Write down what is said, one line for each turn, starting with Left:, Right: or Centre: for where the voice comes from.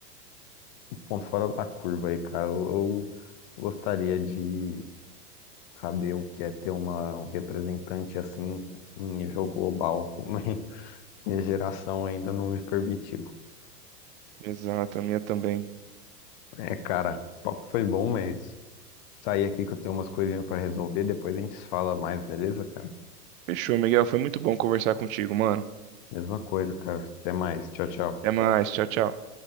Left: um ponto fora da curva aí, cara. Eu, eu gostaria de saber o que é ter uma, um representante assim em nível global. <laughs> mas Minha geração ainda não me permitiu.
Right: Exato, a minha também.
Left: É, cara, o papo foi bom, mas sair aqui que eu tenho umas coisinhas pra resolver, depois a gente se fala mais, beleza, cara?
Right: Fechou, Miguel. Foi muito bom conversar contigo, mano.
Left: Mesma coisa, cara. Até mais. Tchau, tchau.
Right: Até mais. Tchau, tchau.